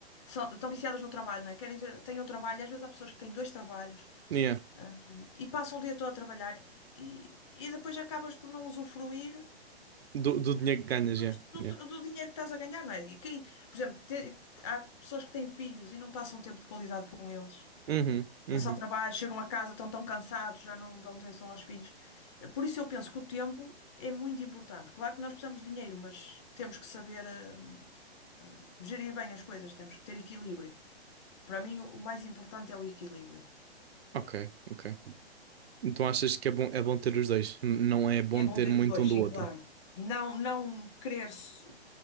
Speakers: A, on the left (about 30°); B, on the right (about 70°).
A: são, estão viciadas no trabalho, não é? Querem ter, têm um trabalho, e às vezes há pessoas que têm dois trabalhos,
B: Yeah.
A: ah, e passam o dia todo a trabalhar e, e depois acabas por não usufruir
B: Do, do dinheiro que ganhas,
A: do,
B: yeah.
A: que-
B: Yeah.
A: do- do dinheiro que estás a ganhar, não é? E quem, por exemplo, te- há pessoas que têm filhos e não passam tempo de qualidade com eles.
B: Uhum, uhum.
A: Mas Só trabalho, chegam a casa, estão tão cansados, já não dão atenção aos filhos. Por isso eu penso que o tempo é muito importante. Claro que nós precisamos de dinheiro, mas temos que saber eh, eh, gerir bem as coisas, temos que ter equilíbrio. Para mim, o o mais importante é o equilíbrio.
B: Ok, ok. Então
A: Sim.
B: achas que é bom, é bom ter os dois? N- Não é bom
A: É bom
B: ter
A: ter
B: muito
A: os dois,
B: um do
A: sim,
B: outro?
A: claro. Não, não querer. se-